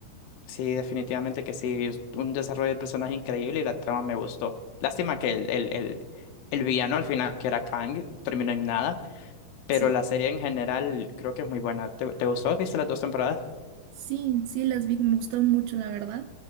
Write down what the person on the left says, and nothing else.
Sí, definitivamente que sí, es un desarrollo de personaje increíble y la trama me gustó. Lástima que el, el, el, el villano al final, que era Kang, terminó en nada, pero
la serie en general creo que es muy buena. ¿Te, te gustó? ¿Viste las dos temporadas?